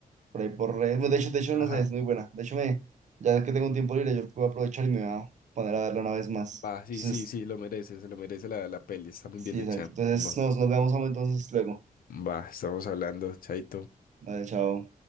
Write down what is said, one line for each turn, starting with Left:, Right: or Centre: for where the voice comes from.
Right: Por ahí, por ahí. Bueno, De hecho, de hecho,
Left: Ajá.
Right: no sé, es muy buena. De hecho, me, ya que tengo un tiempo libre, yo creo que voy a aprovechar y me voy a poner a verla una vez más.
Left: Va, sí,
Right: Entonces,
Left: sí, sí, lo merece, se lo merece la, la peli, está muy
Right: Sí,
Left: bien
Right: exacto.
Left: hecha.
Right: Entonces
Left: Va,
Right: nos, nos vemos, amo, entonces luego.
Left: va, estamos hablando, chaito.
Right: Vale, chao.